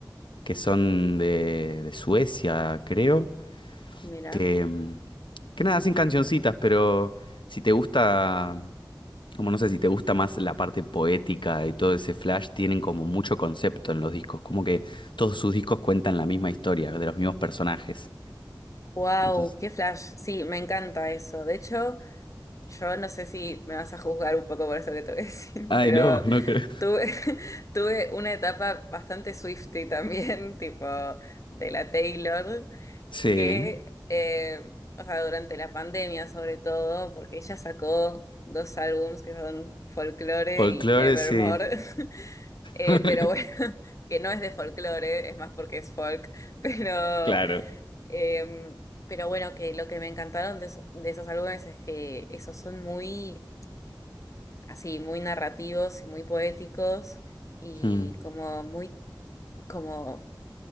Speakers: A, on the left (about 80°); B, on the left (about 40°).
A: que son de, de Suecia, creo,
B: Mirá.
A: que, mm, que nada, hacen cancioncitas, pero si te gusta... como no sé si te gusta más la parte poética y todo ese flash, tienen como mucho concepto en los discos, como que todos sus discos cuentan la misma historia, de los mismos personajes.
B: Wow,
A: Entonces,
B: qué flash. Sí, me encanta eso. De hecho, yo no sé si me vas a juzgar un poco por eso que te voy a decir,
A: ay,
B: <laughs> pero
A: no, no creo.
B: tuve, <laughs> tuve una etapa bastante Swiftie también, <laughs> tipo de la Taylor.
A: Sí,
B: que, eh, o sea, durante la pandemia sobre todo, porque ella sacó dos álbums que son Folklore
A: folclore,
B: y Evermore,
A: sí.
B: <laughs> Eh,
A: <laughs>
B: pero bueno, <laughs> que no es de folklore, es más porque es folk, <laughs> pero,
A: Claro.
B: eh, pero bueno, que lo que me encantaron de, eso- de esos álbumes es que esos son muy, así, muy narrativos y muy poéticos y
A: Mm,
B: como muy, como